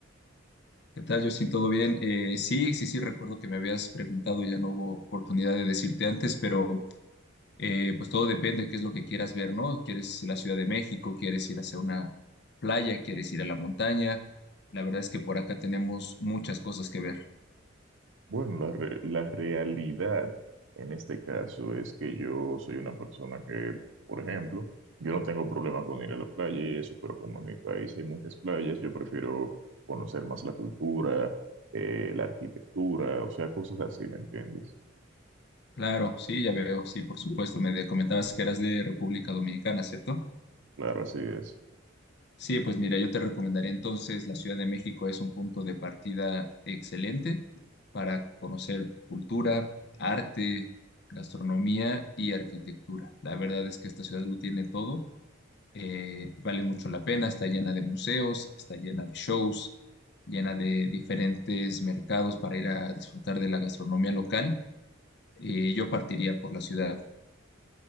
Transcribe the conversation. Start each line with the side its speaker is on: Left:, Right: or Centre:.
Left: ¿Qué tal, Justin? ¿Todo bien? Eh, sí, sí, sí, recuerdo que me habías preguntado, ya no hubo oportunidad de decirte antes, pero eh, pues todo depende de qué es lo que quieras ver, ¿no? ¿Quieres la Ciudad de México? ¿Quieres ir hacia una playa? ¿Quieres ir a la montaña? La verdad es que por acá tenemos muchas cosas que ver.
Right: Bueno, la, re- la realidad en este caso es que yo soy una persona que, por ejemplo, yo no tengo problema con ir a la playa y eso, pero como en mi país hay muchas playas, yo prefiero conocer más la cultura, eh, la arquitectura, o sea, cosas así, ¿me entiendes?
Left: Claro, sí, ya veo, sí, por supuesto. Me de- comentabas que eras de República Dominicana, ¿cierto?
Right: Claro, así es.
Left: Sí, pues mira, yo te recomendaría entonces la Ciudad de México es un punto de partida excelente para conocer cultura, arte, gastronomía y arquitectura. La verdad es que esta ciudad lo tiene todo, eh, vale mucho la pena, está llena de museos, está llena de shows, llena de diferentes mercados para ir a disfrutar de la gastronomía local. Eh, yo partiría por la ciudad.